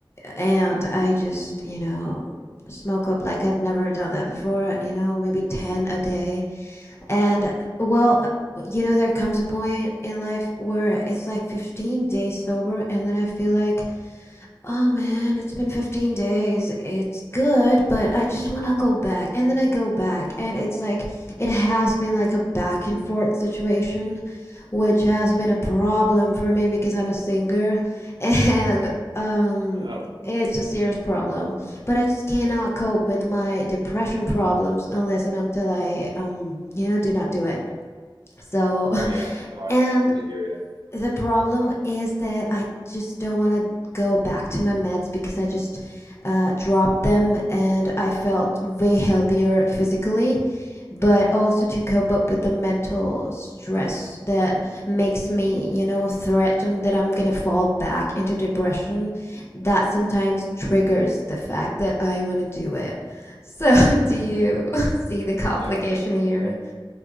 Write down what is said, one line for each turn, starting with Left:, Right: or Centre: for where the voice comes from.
Left: and I just, you know, smoke up like I've never done that before, you know, maybe 10 a day. And uh, well, you know, there comes a point in life where it's like 15 days sober, and then I feel like Oh man, it's been 15 days. It's good, but I just want to go back. And then I go back, and it's like it has been like a back and forth situation, which has been a problem for me because I'm a singer <laughs> and um
Right: Oh,
Left: it's a serious problem. But I just cannot cope with my depression problems unless and until I um you know do not do it. So,
Right: Oh yeah,
Left: <laughs>
Right: no, I
Left: and
Right: totally hear you.
Left: the problem is that I just don't want to go back to my meds because I just uh, dropped them and I felt way healthier physically, but also to cope up with the mental stress that makes me, you know, threatened that I'm going to fall back into depression. That sometimes triggers the fact that I want to do it. <laughs> So, do you <laughs> see the complication
Right: Yeah.
Left: here?